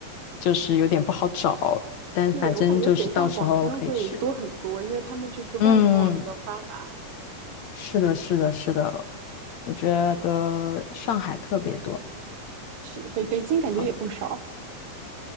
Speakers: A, on the left; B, on the right.
A: 就是有点不好找，但反正就是到时候可以试一试。
B: 对，我感觉北上广深会多很多，因为他们就是外贸比较发达。
A: 嗯，是的，是的，是的，我觉得上海特别多。
B: 是，北北京感觉也不少。
A: 好，